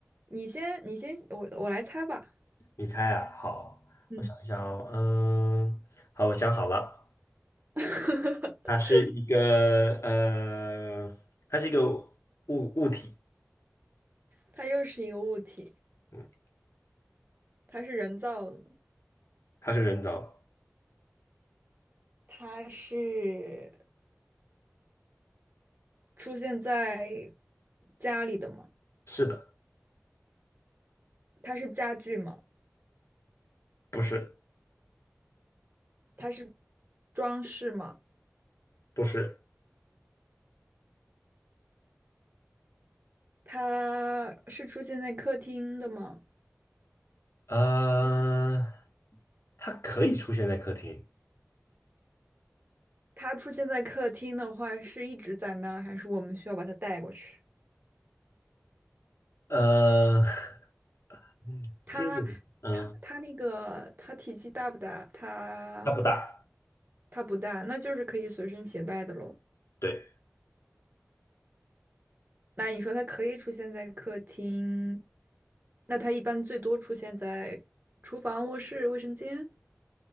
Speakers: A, on the right (about 40°); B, on the left (about 75°).
A: 你先，你先，我我来猜吧。
B: 你猜啊，好，
A: 嗯，
B: 我想一想哦，嗯，好，我想好了，
A: <laughs>
B: 它是一个呃，它是一个物物体，
A: 它又是一个物体，
B: 嗯，
A: 它是人造的吗？
B: 它是人造的，
A: 它是出现在家里的吗？
B: 是的，
A: 它是家具吗？
B: 不是，
A: 它是装饰吗？
B: 不是，
A: 它是出现在客厅的吗？
B: 呃，它可以出现在客厅，
A: 它出现在客厅的话，是一直在那儿，还是我们需要把它带过去？
B: 呃，<laughs> 嗯这个，
A: 它它它那个它体积大不大？
B: 嗯，
A: 它
B: 它不大，
A: 它不大，那就是可以随身携带的喽。
B: 对。
A: 那你说它可以出现在客厅，那它一般最多出现在厨房、卧室、卫生间